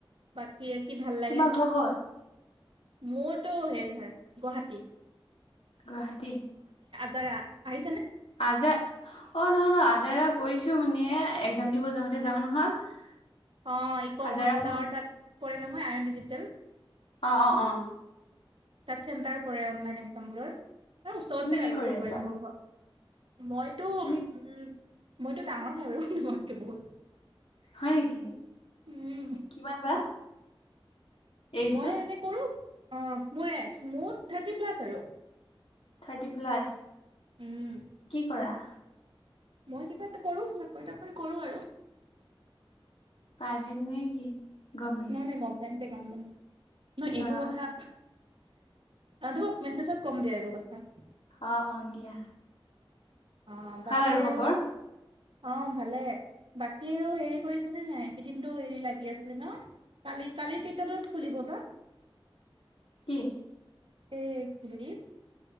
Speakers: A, on the right (about 65°); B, on the left (about 80°).
A: বাকি কি ভাল
B: তোমাৰ
A: লাগে
B: ঘৰ ক'ত
A: মোৰতো হেৰি ধৰ গুৱাহাটী
B: গুৱাহাটী
A: জাগা আহি
B: আজাৰ অ নহয় নহয় আজাৰ গৈছো মানে একজাম দিব যাওঁতে যাও নহয়?
A: অ ই কম
B: আজাৰা শুন
A: টাৱাৰ তাত পৰে নহয় আয়ন ডিজিটেল
B: অঁ অঁ অঁ
A: তাত চেণ্টাৰ পৰে অনলাইন একজামবোৰৰ তাৰ ওচৰতে
B: তুমি কি
A: আৰু
B: কৰি
A: ক'ব
B: আছা?
A: পাৰিম মোৰ ঘৰ মইতো উম
B: তুমি
A: মইতো ডাঙৰ হয় বাৰু তোমাৰতকে বহুত
B: হয় নেকি
A: উম
B: কিমান বা- এইজটো?
A: মই এনে কৰো মোৰ এজ থাৰ্টি প্লাছ আৰু
B: থাৰ্টি প্লাছ
A: উম
B: কি কৰা?
A: মই কিবা এটা কৰো চাকৰি তাকৰি কৰো আৰু
B: প্ৰাইভেট নে কি? গভমেণ্ট?
A: নাই নাই গমমেনতে গমমেনতে নহয়
B: কি
A: এইবোৰ
B: কৰা
A: কথা
B: বা?
A: আহ তোমাক মেছেজত কম দিয়া এইবোৰ কথা
B: অঁ অঁ দিয়া
A: অ
B: ভাল
A: বাকী আৰু
B: খবৰ?
A: অ ভালে বাকী আৰু হেৰি কৰিছানে নাই কেইদিনটো হেৰি লাগি আছিলে ন কালি কালি কেইটা বজাত খুলিব বা
B: কি?
A: এই হেৰি